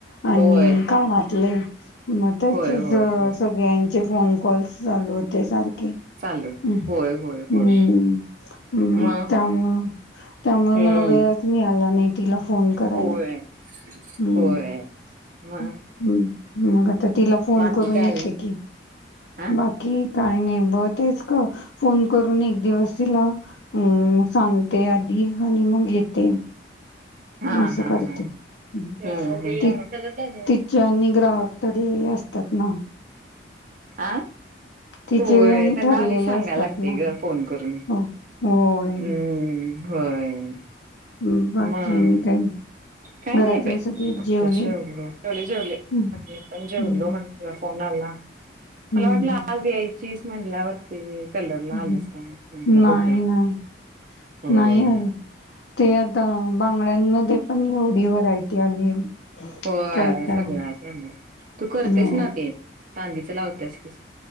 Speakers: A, on the left (about 65°); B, on the right (about 45°).
A: आणि
B: होय.
A: काय <unintelligible> मग त्याची
B: होय होय
A: ज
B: होय.
A: सगळ्यां चे फोन कॉलस चालू होते सार के
B: चालू होत.
A: हम्म
B: होय होय होय.
A: मंग
B: मग?
A: त्यामळ त्यामुळे
B: हम्म.
A: मला वेळच मिळाला नाही तिला फोन करायला.
B: होय
A: हम्म
B: होय. मग
A: हम् मग आता तिला फोन
B: बाकी
A: करून
B: काय
A: येते
B: नाही.
A: कि,
B: आ?
A: बाकी काय नाय. बतेच का फोन करून एक दिवस ला हम्म सांग ते आधी हनी मग घेते
B: हा
A: असं
B: हा
A: करते.
B: हा.
A: हं.
B: <unintelligible>
A: ति तिचे आणि ग्राहक तरी असतात ना.
B: आं
A: तिचे
B: होय
A: आणि
B: त्यांना
A: ठरलेले
B: आधी सांगायला
A: असतात
B: लागते
A: ना
B: ग फोन करून.
A: हो होय
B: हम्म, होय. <inaudible>
A: हं, बाकी
B: मग
A: आणि काय
B: काय नाही
A: घरातले
B: बाई,
A: सगळे
B: आता
A: जेवले
B: जेवलो. जेवले जेवले.
A: हम्म
B: आपण जेवलो
A: हम्म
B: म्हणतो म्हंटल. होणार ना.
A: हम्म
B: मला वाटलं आज यायची मंडला वरती कलरला
A: हम्म
B: आलं म्हटला
A: नाही
B: बघ्या
A: नाही
B: होय.
A: नाही आले ते आता बांगड्यांमध्ये पण एवढी व्हरायटी आली.
B: होय
A: काय काय
B: सगळ्या त्यांनाच. तू करतेस
A: हो
B: ना ते. चांदीचं लावत्यास कीस